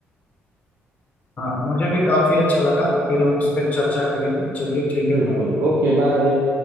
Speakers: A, on the left (about 35°); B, on the right (about 80°).
A: हाँ मुझे भी काफी अच्छा लगा फिर हम इस पर चर्चा करेंगे चलिए ठीक है
B: बिल्कुल
A: बाय
B: Okay bye